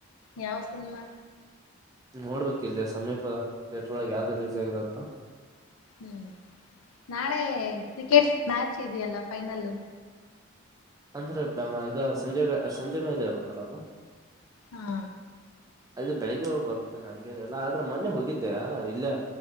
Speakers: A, on the left; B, on the right.
A: ಯಾವ ಸಿನಿಮಾ
B: ನೋಡ್ಬೇಕು ಇಲ್ಲಿಯ ಸಮೀಪ ಟ್ರೆಂಟರ್ ಒಳ್ಳಗ ಯಾವ್ದ್ ರಲೀಸ್ ಆಗಿದೆ ಅಂತ
A: ಹ್ಮ್ ನಾಳೆ ಕ್ರಿಕೆಟ್ ಮ್ಯಾಚ್ ಇದೆಯಲ್ಲ ಫೈನಲ್
B: ಅಂದ್ರೆ ಈಗ ಸಂಜೆ ಸಂಜೆ ಮೇಲೆ ಇರುತ್ತಲ್ಲ ಅದು
A: ಹಾ
B: ಅದು ಬೆಳಿಗ್ಗೆ ಹೋಗಿ ಬರುತ್ತೆ ನಂಗೇನೆಲ್ಲ ಆದ್ರೆ ಮೊನ್ನೆ ಹೋಗಿದ್ದೆ ಇಲ್ಲೇ